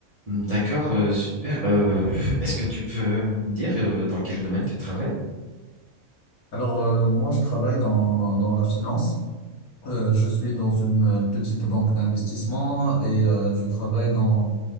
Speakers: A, on the right; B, on the left.
A: Hmm, D'accord, euh, super. Euh, est-ce que tu veux me dire euh, dans quel domaine tu travailles?
B: Alors, euh, moi, je travaille dans, dans la finance. Euh, je suis dans une euh, petite banque d'investissement et euh, je travaille dans,